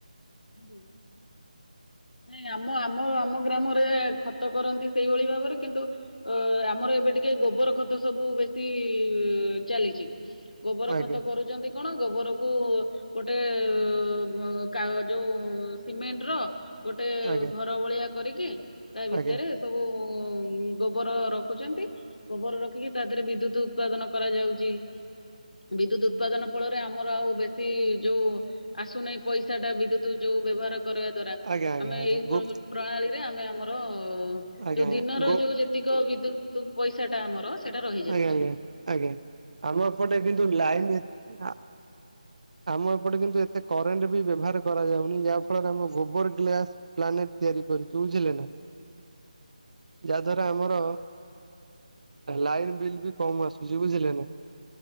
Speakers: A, on the left; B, on the right.
A: ହୁଁ।
B: ଁ
A: ନାଇଁ ଆମ ଆମ ଆମ ଗ୍ରାମରେ ଖତ କରନ୍ତି ସେଇଭଳି ଭାବରେ କିନ୍ତୁ ଅ ଆମର ଏବେ ଟିକ କେ ଗୋବର ଖତ ସବୁ ବେଶୀ ଚାଲିଛି। ଗୋବର
B: ଆଜ୍ଞା
A: ଖତ କରୁଛନ୍ତି କଣ ଗୋବର କୁ ଗୋଟେ ବ କା ଯୋଉ ସିମେଣ୍ଟ ର ଗୋଟେ
B: ଆଜ୍ଞା
A: ଘର ଭଳିଆ କରିକି ତା ଭିତରେ
B: ଆଜ୍ଞା
A: ସବୁ ଗୋବର ରଖୁଛନ୍ତି ଗୋବର ରଖିକି ତା ଦେହରେ ବିଦ୍ୟୁତ ଉତ୍ପାଦନ କରାଯାଉଛି। ବିଦ୍ୟୁତ ଉତ୍ପାଦନ ଫଳରେ ଆମର ଆଉ ବେଶୀ ଯୋଉ ଆସୁନହିଁ ପଇସା ଟା ବିଦ୍ୟୁତ ଯୋଉ ବ୍ୟବହାର କରିବା ଦ୍ଵାରା
B: ଆଜ୍ଞା ଆଜ୍ଞା
A: ଆମେ
B: ଆଜ୍ଞା
A: ଏଇ
B: ଗୋ
A: ପ୍ରଣାଳୀରେ ଆମେ ଆମର ଓ
B: ଆଜ୍ଞା
A: ଯୋଉ
B: ଆଜ୍ଞା
A: ଦିନର
B: ଗୋ
A: ଯୋଉ ଯେତିକ ବିଦ୍ୟୁତ ପଇସା ଟା ଆମର ସେଇଟା ରହିଯାଉଛି।
B: ଆଜ୍ଞା ଆଜ୍ଞା ଆଜ୍ଞା ଆମ ଏପଟେ କିନ୍ତୁ ଲାଇନ ଯେ ଆ ଆମ ଏପଟେ କିନ୍ତୁ ଏତେ କରେଣ୍ଟ ବି ବ୍ୟବହାର କରାଯାଉନି ଯାହା ଫଳରେ ଆମ ଗୋବର ଗ୍ଲାସ୍ ପ୍ଲାନେଟ୍ ତିଆରି ଚୁ ବୁଝିଲେ ନା ଯାହା ଧର ଆମର ଲାଇନ ବିଲ୍ ବି କମ ଆସୁଛି ବୁଝିଲେ ନା।